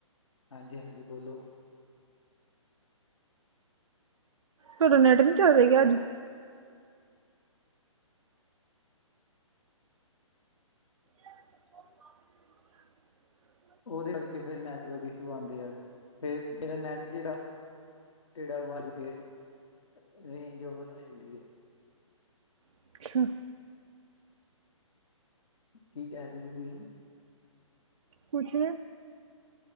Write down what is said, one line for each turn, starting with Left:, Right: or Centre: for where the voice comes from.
Left: ਹਾਂਜੀ-ਹਾਂਜੀ, ਬੋਲੋ।
Right: ਤੁਹਾਡਾ ਨੈੱਟ ਨੀ ਚੱਲ ਰੇਆ ਕੇ ਅੱਜ? <unintelligible>
Left: ਉਹਦੇ ਕਰਕੇ ਫਿਰ ਨੈਟਵਰਕ ਇਸ਼ੂ ਆਉਂਦੇ ਐ, ਫੇਰ, ਫੇਰ ਏਹ ਨੈੱਟ ਜੇਅੜਾ ਕਿਹੜਾ ਵ ਵਾਰੀ ਫੇਰ, ਰੇਂਜ ਓਵਰ ਹੋ ਜਾਂਦੀ ਹੈ।
Right: ਅੱਛਾ,
Left: ਕੀ ਕੇਹ ਰਏ ਸੀ ਤੁਸੀਂ?
Right: ਕੁਛ ਨ